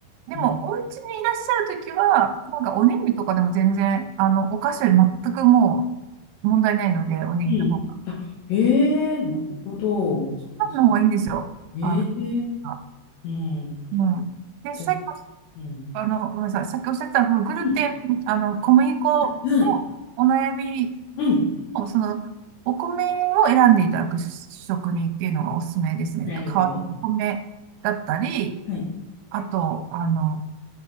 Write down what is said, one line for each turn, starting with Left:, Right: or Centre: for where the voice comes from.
Right: でも、
Left: うん。
Right: お家にいらっしゃるときは、なんかおにぎりとかでも全然、あの、お菓子より全くもう問題ないので、おにぎりの方が。
Left: うん。あ、ええー、なるほど。そっかそっか
Right: パンの方がいいんですよ。
Left: ええー、
Right: あの、あ
Left: うん。
Right: うん。で、
Left: じゃあ、
Right: さっき、
Left: うん。
Right: あの、ごめんなさい。さっきおっしゃってた、このグルテン、
Left: うん
Right: あの、小麦粉の
Left: はい。
Right: お悩み
Left: うん。
Right: おその、お米を選んでいただく職人っていうのがおすすめですね。
Left: なるほど。
Right: 代わりのお米だったり、
Left: はい。
Right: あと、あの、